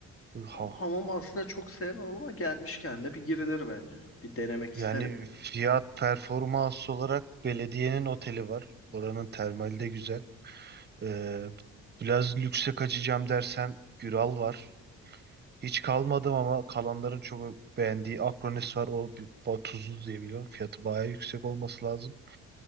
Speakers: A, on the right; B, on the left.
A: Ha.
B: Hamam aslında çok sevmem ama gelmişken de bir girilir bence. Bir denemek isterim.
A: Yani fiyat performans olarak belediyenin oteli var. Oranın termali de güzel. Ee, biraz lükse kaçacağım dersen Güral var. Hiç kalmadım ama kalanların çok beğendiği Akronis var. O bir, ba- tuzlu diye biliyorum. Fiyatı bayağı yüksek olması lazım.